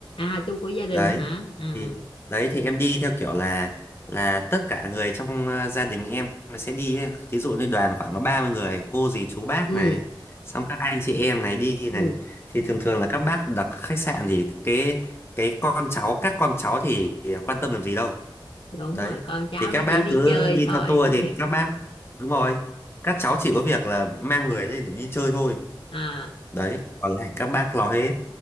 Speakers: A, on the left; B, on the left.
A: à tu của gia đình
B: đấy
A: hả à
B: thì đấy thì em đi theo kiểu là là tất cả người trong ờ, gia đình em sẽ đi ấy. Thí dụ như đoàn khoảng có 30 người cô dì chú bác
A: ừ
B: này xong các anh chị em này đi này
A: ừ
B: thì thường thường là các bác đặt khách sạn thì cái cái con cháu các con cháu thì quan tâm làm gì đâu
A: đúng
B: đấy
A: rồi con cháu
B: thì các
A: nó
B: bác
A: chỉ đi
B: cứ
A: chơi
B: đi
A: thôi
B: theo tour thì các bác đúng rồi các cháu chỉ có việc là mang người lên để đi chơi thôi
A: <laughs> à
B: đấy còn lại các bác lo hết